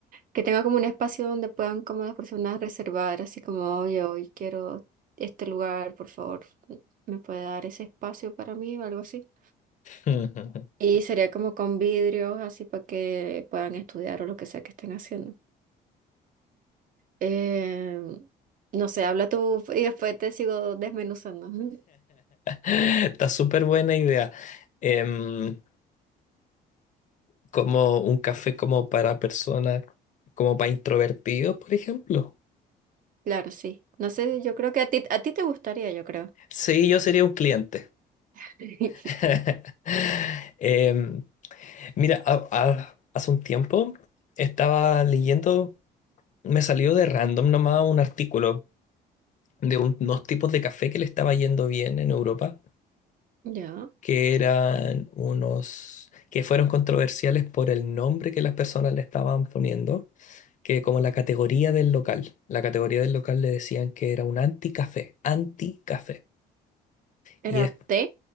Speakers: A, on the right; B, on the left.
A: Que tenga como un espacio donde puedan como las personas reservar, así como, oye, hoy quiero este lugar, por favor, ¿me puede dar ese espacio para mí o algo así?
B: <laughs>
A: Y sería como con vidrios, así para que puedan estudiar o lo que sea que estén haciendo. Eh, no sé, habla tú y después te sigo desmenuzando. <laughs> Ujú.
B: Está súper buena idea. Em, como un café como para personas, como para introvertidos, por ejemplo.
A: Claro, sí. No sé, yo creo que a ti, a ti te gustaría, yo creo.
B: Sí, yo sería un cliente.
A: <laughs>
B: <laughs> Em, mira, a- a- hace un tiempo estaba leyendo, me salió de random nomás un artículo de un- unos tipos de café que le estaba yendo bien en Europa.
A: Ya.
B: que eran unos, que fueron controversiales por el nombre que las personas le estaban poniendo, que como la categoría del local, la categoría del local le decían que era un anticafé, anticafé. Y
A: Era
B: es,
A: té,